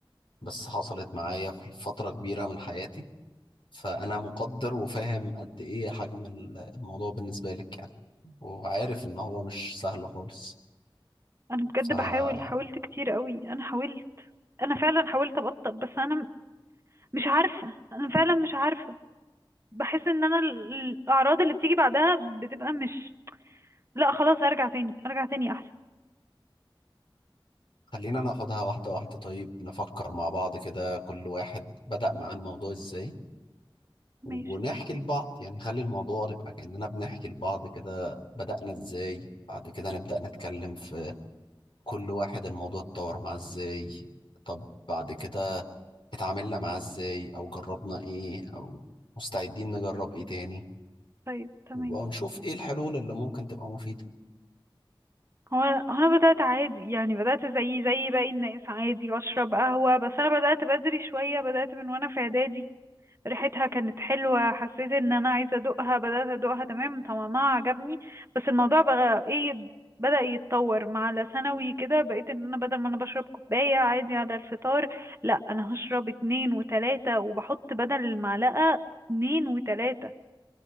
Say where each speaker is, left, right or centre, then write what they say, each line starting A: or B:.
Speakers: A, on the left (about 70°); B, on the right (about 30°).
A: بس حصلت معايا في فترة كبيرة من حياتي فأنا مقدر وفاهم قد إيه حجم ال- الموضوع بالنسبة لك يعني وعارف إن هو مش سهل خالص
B: انا بجد
A: فخلينا
B: بحاول حاولت كتير قوي انا حاولت انا فعلا حاولت ابطل بس انا مش عارفة انا فعلا مش عارفة بحس ان انا ال- الاعراض اللي بتيجي بعدها بتبقى مش لا خلاص هرجع تاني ارجع تاني احسن
A: خلينا ناخدها واحدة واحدة طيب نفكر مع بعض كده كل واحد بدأ مع الموضوع إزاي
B: ماشي
A: ونحكي لبعض يعني خلي الموضوع يبقى كأننا بنحكي لبعض كده بدأنا إزاي بعد كده نبدأ نتكلم في كل واحد الموضوع اتطور معاه إزاي طب بعد كده اتعاملنا معاه ازاي او جربنا ايه او مستعدين نجرب ايه تاني
B: طيب تمام
A: ونشوف ايه الحلول اللي ممكن تبقى مفيدة
B: هو هو انا بدأت عادي يعني بدأت زي زي باقي الناس عادي بشرب قهوة بس انا بدأت بدري شوية بدأت من وانا في اعدادي ريحتها كانت حلوة حسيت ان انا عايزة ادوقها بدأت ادوقها تمام طعمها عجبني بس الموضوع بقى ايه بدأ يتطور مع على ثانوي كده بقيت ان انا بدل ما انا بشرب كوباية عادي على الفطار لا انا هشرب اتنين وتلاتة وبحط بدل المعلقة اتنين وتلاتة